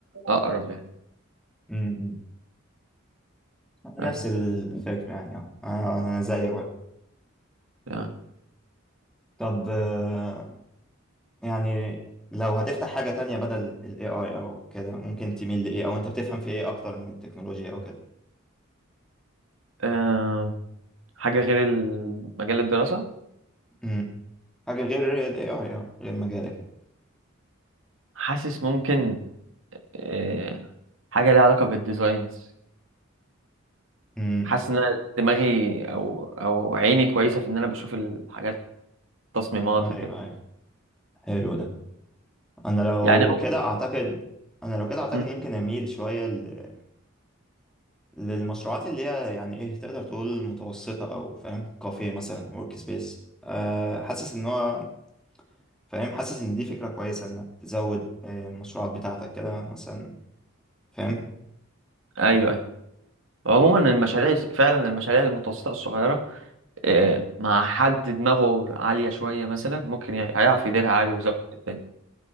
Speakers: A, on the right; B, in the centre.
A: اقرب يعني
B: امم أمم. نفس
A: اي
B: الفكرة يعني اه آه، انا زيك بقى
A: تمام
B: طب آه، يعني لو هتفتح حاجة تانية بدل ال AI أو كده ممكن تميل لإيه أو أنت بتفهم في إيه أكتر من التكنولوجيا أو كده
A: أه حاجه غير ال- مجال الدراسه
B: امم حاجة غير ال AI أه غير مجالك يعني
A: حاسس ممكن أه حاجه ليها علاقه بالديزاينز
B: امم
A: حاسس ان أنا دماغي او او عيني كويسه في ان انا بشوف الحاجات تصميمات
B: أيوه
A: وكده
B: أيوه حلو ده أنا لو
A: يعني
B: كده أعتقد أنا لو كده أعتقد
A: مم.
B: ممكن أميل شوية ل... للمشروعات اللي هي يعني إيه تقدر تقول متوسطة أو فاهم كافيه مثلا ورك سبيس أه حاسس إن هو فاهم حاسس إن دي فكرة كويسة إنك تزود آه، المشروعات بتاعتك كده مثلا فاهم
A: ايوه ايوه عموما المشاريع فعلا المشاريع المتوسطه الصغيره أه مع حد دماغه عاليه شويه مثلا ممكن يعني هيعرف يديرها عادي ويظبط الدنيا